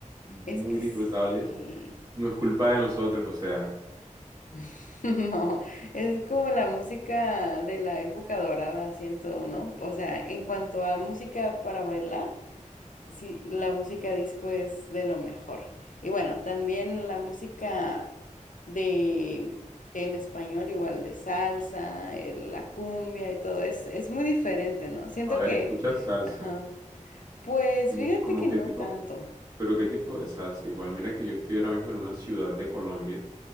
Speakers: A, on the right (about 30°); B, on the left (about 75°).
A: muy
B: es que
A: disfrutables.
B: sí.
A: No es culpa de nosotros, o sea.
B: <laughs> No, es como la música de la época dorada, siento, ¿no? O sea, en cuanto a música para bailar. Sí, la música disco es de lo mejor. Y bueno, también la música de en español, igual de salsa, el- la cumbia y todo, es, es muy diferente, ¿no? Siento
A: A ver,
B: que,
A: escuchas salsa.
B: ajá, pues
A: ¿Cómo,
B: fíjate
A: cómo
B: que
A: qué
B: no
A: tipo,
B: tanto.
A: pero qué tipo de salsa? Igual, mira que yo estoy ahora mismo en una ciudad de Colombia,